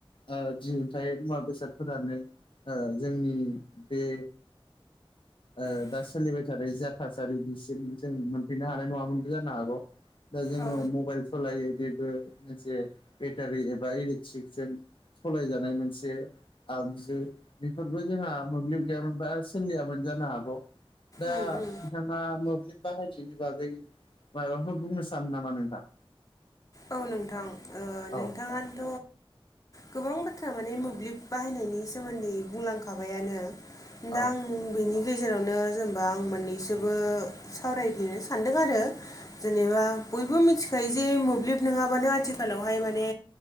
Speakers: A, on the left; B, on the left.
A: ओ दिहुनथाय मुवा बेसाद फोरानो ओ जोंनि बे ओ
B: औ
A: दा सोलिबाय थानाय जा थासारि बिसिम जों मोनफैनो हानाय नङामोनबो जानो हागौ दा जोङो
B: औ
A: मबाइल सालायो बेबो मोनसे बेटारि एबा इलेक्ट्रिकजों सलायजानाय मोनसे आगजु बेफोरबो जोंहा मोब्लिब गैयामोन बा सोलियामोन जानो हागौ। दा।
B: उम उम
A: नोंथाङा मोब्लिब बाहायनायनि बागै माबाफोर बुंनो सानो नामा नोंथां?
B: औ नोंथां ओह
A: औ
B: नोंथाङानोथ।
A: औ
B: गोबां बाथ्रा माने मोब्लिब बाहायनायनि सोमोन्दै बुंलांखाबायानो
A: औ
B: दा आं। बिनि गेजेरावनो जेनेबा आं मोननैसोबो सावरायफिननो सानदों आरो। जेनेबा बयबो मिथिखायो जे मोब्लिब नङाबानो आथिखालावहाय माने।